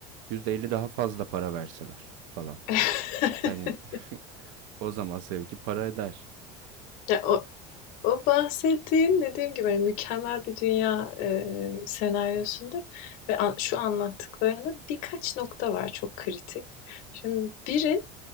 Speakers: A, on the right; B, on the left.
A: %50 daha fazla para verseler falan.
B: <laughs>
A: Hani <laughs> o zaman sevgi para eder.
B: Ya o, O bahsettiğin dediğim gibi hani mükemmel bir dünya e, senaryosunda ve an- şu anlattıklarında birkaç nokta var çok kritik. Şimdi biri